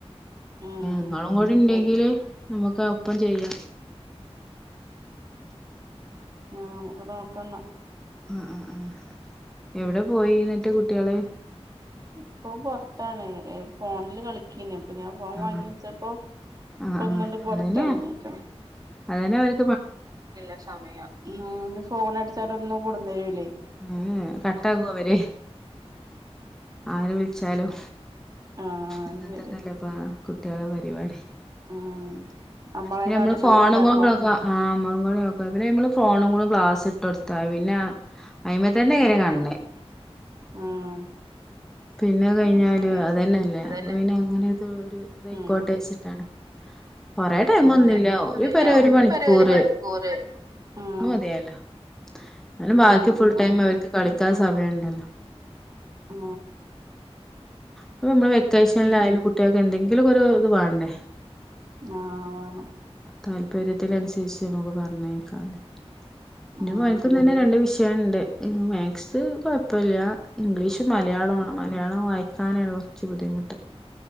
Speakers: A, on the right (about 35°); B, in the centre.
A: ഉം
B: നിങ്ങളും കൂടെ
A: അത്
B: ഇണ്ടെങ്കില്
A: ശരി
B: നമുക്ക് ഒപ്പം ചെയ്യാം
A: ആ നമുക്ക് ഒപ്പം നോക്കന്നാ
B: അ അ അ എവിടെ പോയി എന്നിട്ട് കുട്ടികള്
A: ഇപ്പൊ പുൊറത്താണ് ഫോണില് കളിക്കന്നെ അപ്പൊ ഞാൻ പോവാാൻ
B: ആ
A: വാങ്ങി വച്ചപ്പോ
B: ആ ആ
A: ഒന്നുണ്ട് പുറത്തിറങ്ങിക്കണ്
B: അതന്നെ അതന്നെ അവര്
A: ഇല്ല സമയം ഉ ഫോൺഅടിച്ചാലെന്നും കൊടുന്നു തരൂല്ലേ
B: മ്.. കട്ടാക്കുഅവര് ആര് വിളിച്ചാലും
A: ആഹ്
B: ഇന്നത്തെക്കല്ല
A: ശരി
B: ഇപ്പ കുട്ടികളെ പരിപാടി
A: ഉം നമ്മളെങ്ങാട്ടിലും
B: പി നമ്മള് ഫോണും
A: ഓൽക്കറിയാ
B: കൂക്ക ആ പിന്നെ നമ്മള് ഫോണും കൂടി ഗ്ലാസ് ഇട്ട കൊടുത്ത പിന്നെ അയി്മത്തന്നെക്കാരം
A: ഉം
B: കണ്ണ്
A: ഉം
B: പിന്നെ കഴിഞ്ഞല്
A: അത് ശരിയാ
B: അത തന്നെയല്ലേ
A: അതന്നെ
B: അപ്പൊ പിന്നെ അങ്ങനെ ഒരു ഇതയിക്കോട്ടെച്ചിട്ടാണ്
A: ഉം
B: കൊറേ ടൈമന്നുല്ല
A: കൊറേ ടൈമൊന്നുല്ല
B: ഒരുപറയ് ഒരു മണിക്കൂറ്
A: പെര ഒരു മണിക്കൂറ് ഉം
B: അതുമതിഅല്ലോ എന്നാലും ബാക്കി
A: ആഹ് അത്ര
B: ഫുൾ ടൈം
A: മതി
B: അവർക്ക് കളിക്കാ സ സമയമുണ്ടല്ലോ
A: ആ
B: അപ്പൊ നമ്മള് വെക്കേഷനൽ ആയാലും കുട്ടികൾക്ക് എന്തെങ്കിലുംക്ക ഇത് വേണ്ടേ
A: ആ വേണം
B: താല്പര്യത്തി അനുസരിച്ച് നമുക്ക് പറഞ്ഞേയക്കാലോ എന്റെ
A: ഉം
B: മോൻക്ക് തന്നെ രണ്ടു വിഷയം ണ്ട് മാക്സ് കുഴപ്പമില്ല ഇംഗ്ലീഷ് മലയാളം
A: ഉം
B: മലയാളം വായിക്കാനാണ് കൊറച്ച് ബുദ്ധിമുട്ട്.